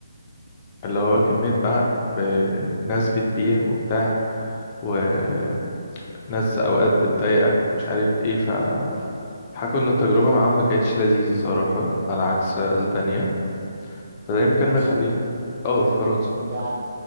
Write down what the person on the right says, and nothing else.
فرنسا
في بقى